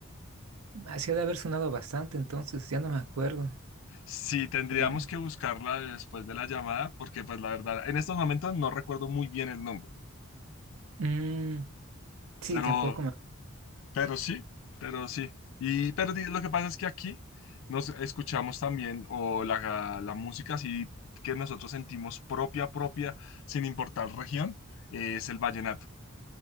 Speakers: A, on the right; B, on the left.
A: Hacía de haber sonado bastante entonces, ya no me acuerdo.
B: Sí, tendríamos
A: Pero-
B: que buscarla después de la llamada, porque pues la verdad, en estos momentos no recuerdo muy bien el nombre,
A: Mm. Sí,
B: pero
A: tampoco me...
B: Pero sí, pero sí. Y pero di- lo que pasa es que aquí nos escuchamos también o la, la música así que nosotros sentimos propia, propia, sin importar región, eh, es el vallenato.